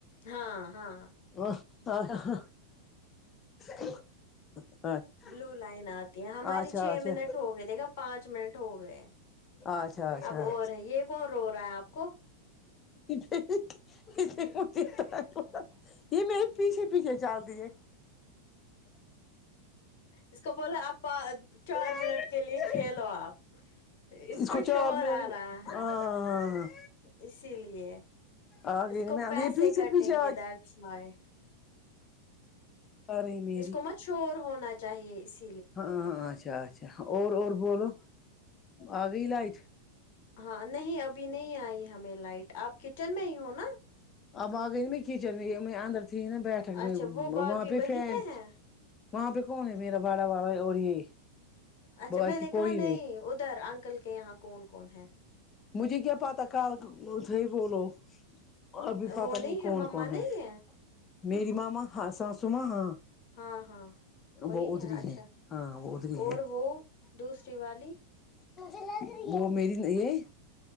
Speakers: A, on the left; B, on the left.
A: ہاں ہاں
B: ا آہ ہ ہ <unintelligible>
A: بلو لائن آتی ہے ہماری
B: اچھا
A: چھ
B: اچھا
A: منٹ ہو گئے دیکھا پانچ منٹ ہو گئے
B: اچھا اچھا
A: اب اور ہے یہ کون رو رہا ہے آپ کو
B: <unintelligible> یہ میرے پیچھے پیچھے چل دیے
A: اس کو بولا آپ چار
B: ہے
A: منٹ کے لیے کھیلو آپ اس کا
B: کو چار
A: شوہر
B: منٹ
A: آ رہا ہے
B: ہاں
A: اسی لیے
B: آ
A: اس
B: گئی نا
A: کو پیسے
B: میں یہ پیچھے
A: کٹیں
B: پیچھے
A: گے
B: آ
A: ڈیٹس وائی
B: اور ہے میری
A: اس کو مت شور ہونا چاہیے اس
B: ہاں ہاں اچھا اچھا اور اور بولو آ گئی لائٹ
A: ہاں نہیں ابھی نہیں آئی ہمیں لائٹ آپ کچن میں ہی ہو نا
B: آب آ گئی نا میں کچن میں اندر تھی نا بیٹھک
A: اچھا
B: میں
A: وہ باقی
B: وہاں پے
A: وہیں
B: فینچ
A: پہ ہے
B: وہاں پہ کون ہے میرا بڑا والا اور یہ
A: اچھا
B: باقی
A: میں نے کہا
B: کوئی
A: نہیں ادھر انکل کے یہاں کون کون ہے
B: مجھے کیا پتا کال تھے وہ لوگ ابھی پتا
A: وہ
B: نہیں
A: ہے
B: کون
A: مما
B: کون
A: نہیں
B: ہے میری ماما ہاں ساسو ماں ہاں
A: ہاں ہاں وہی
B: وہ ادھری
A: ہے اچھا
B: ہاں وہ ادھری
A: اور وہ دوسری والی
B: مجھے لگ رہی ہے وہ میری نئی ائی